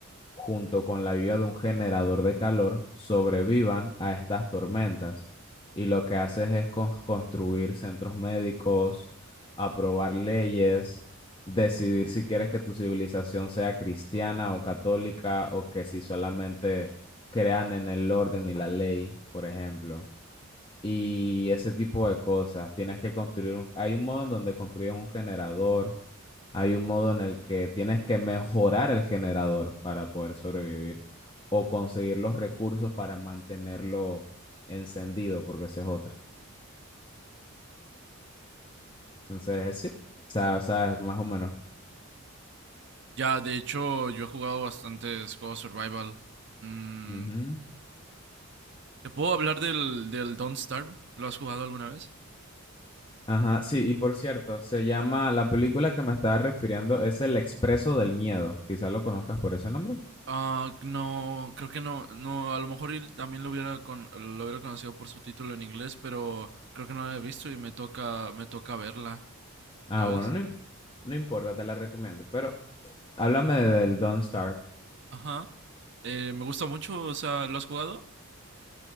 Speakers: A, on the left; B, on the right.
A: junto con la ayuda de un generador de calor, sobrevivan a estas tormentas. Y lo que haces es cons- construir centros médicos, aprobar leyes, decidir si quieres que tu civilización sea cristiana o católica o que si solamente crean en el orden y la ley, por ejemplo. Y ese tipo de cosas. Tienes que construir un... Hay un modo en donde construyes un generador hay un modo en el que tienes que mejorar el generador para poder sobrevivir o conseguir los recursos para mantenerlo encendido, porque esa es otra. Entonces, sí, o sea, o sea, es más o menos.
B: Ya, de hecho, yo he jugado bastantes juegos survival. Mm,
A: Ujú.
B: ¿te puedo hablar del, del Don't Starve? ¿Lo has jugado alguna vez?
A: Ajá, sí, y por cierto, se llama, la película que me estaba refiriendo es El Expreso del Miedo, quizás lo conozcas por ese nombre.
B: Ah, no, creo que no, no, a lo mejor él también lo hubiera con, lo hubiera conocido por su título en inglés, pero creo que no la he visto y me toca, me toca verla,
A: Ah,
B: ¿sabes?
A: bueno, no, im- no importa, te la recomiendo, pero háblame del Don't Starve.
B: Ajá. Eh, me gusta mucho, o sea, ¿lo has jugado?